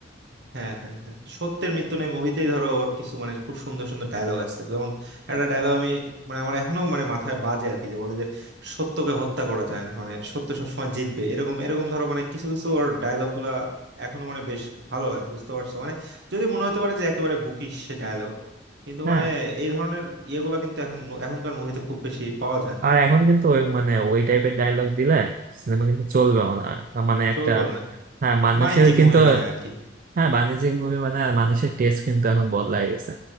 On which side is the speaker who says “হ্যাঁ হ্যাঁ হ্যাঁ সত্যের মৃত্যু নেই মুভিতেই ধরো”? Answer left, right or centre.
Right